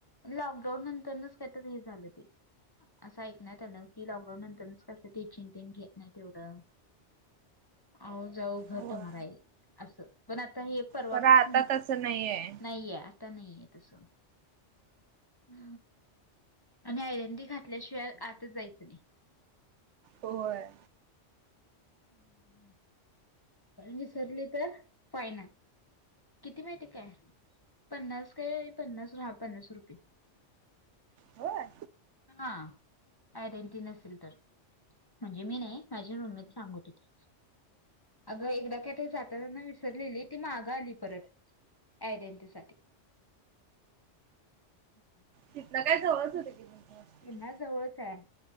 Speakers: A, on the left (about 20°); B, on the right (about 75°).
A: लॉकडाऊन नंतरच कायतरी हे झालं ते. असं ऐकण्यात आलं, की लॉकडाऊन नंतर कसं टीचिंग घेत नाही तेवढं. आओ जाओ घर
B: होय
A: तुम्हारा, असं पण आता हे परवा
B: खरं
A: पासून.
B: आता तस नाहीेय.
A: नाहीे आता नाहीय तसं ह, आणि आयडेंटी घातल्याशिवाय आताच जायचं नाही.
B: होय!
A: ह नाही <unintelligible> विसरली तर, फाइन आहे, किती माहिती काय? पन्नास काय, पन्नास हा पन्नास रुपये.
B: होय
A: हा आयडेंटी नसेल तर. म्हणजे मी नाही, माझी रूम मेंट सांगत होती? अगं एकदा का ते साताऱ्यावरन विसरलेली, ती मागं आली परत आयडेंटिसाठी. <unintelligible>
B: किल्ला काय जवळच होते की. तुमचं हॉस्टेल
A: त्यांना जवळच आहे,